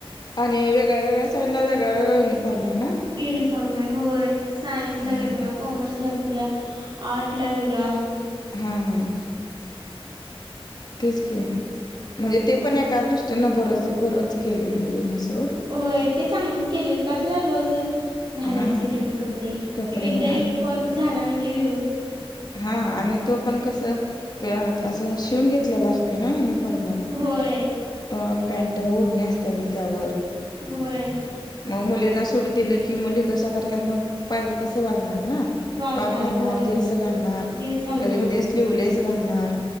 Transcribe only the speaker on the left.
आणि वेगळ्या वेगळ्या साइडला वेगळा वेगळा युनिफॉर्म आहे ना.
हा
हा, हा, तेच की म्हणजे ते
पण एकादृष्ट त्यांना बरंच बरंच केलंय मुलींना सोड.
हा
कपडे
आणि
हा आणि तो पण कसं प असं शिवून घेतलेला असतोय ना युनिफॉर्म.
टॉप, पॅन्ट, ओढणी असत्या त्यावर.
मग मुलींना सुट दिलं की मुली कशा करतात मग पाहिजे तसं वागणार ना.
टॉप घालणार
जीन्स घालणार
कधी कधी स्लीव्हलेस घालणार.